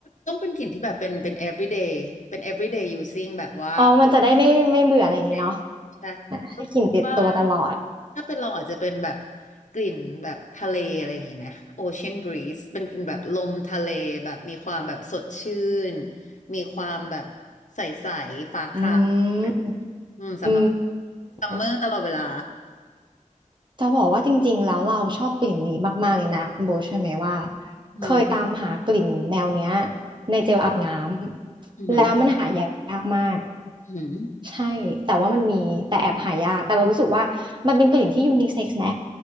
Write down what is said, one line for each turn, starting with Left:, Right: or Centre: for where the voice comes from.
Left: ต้องเป็นกลิ่นที่แบบเป็นเป็น everyday เป็น everyday using แบบว่า
Right: อ๋อมันจะได้ไม่ไม่เบื่ออะไรอย่างงี้เนาะ
Left: เด็กใช่เราคิดว่า
Right: อ่ะให้กลิ่นติดตัวตลอด
Left: ถ้าเป็นเราอาจจะเป็นแบบกลิ่นแบบทะเลอะไรอย่างงี้ไหมโอเชียนบรีซเป็นกลิ่นแบบลมทะเลแบบมีความแบบสดชื่นมีความแบบใสๆฟ้าครา
Right: อืม
Left: แบบอืมสำหรับ
Right: อื
Left: ซัมเมอร์ตลอดเวลา
Right: มจะบอกว่าจริงๆแล้วเราชอบกลิ่นนี้มากๆเลยนะคุณโบทใช่ไหมว่า
Left: <laughs> อืม
Right: เคยตามหากลิ่นแนวเนี้ยในเจลอาบน้ำแล้วมันหายากมาก
Left: อืมอืม
Right: ใช่แต่ว่ามันมีแต่แอบหายากแต่เรารู้สึกว่ามันเป็นกลิ่นที่ยูนิเซ็กซ์ไหม